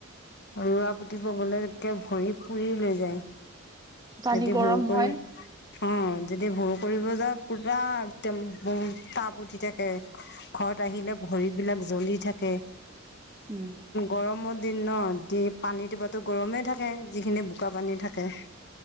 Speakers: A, on the left; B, on the right.
A: ৰোৱা পুতিব গলে ভৰি পুৰি লৈ যায়।
B: পানী
A: যদি
B: গৰম
A: ভোৰ কৰি।
B: হয়
A: অ যদি ভোৰ কৰিব যায় পুৰা একদম তাপ উঠি থাকে। ঘৰত আহিলে ভৰিবলাক জ্বলি থাকে
B: উম
A: গৰমৰ দিন ন দি পানীটোবাতো গৰমে থাকে। থাকে যিখিনি বোকা পানী থাকে।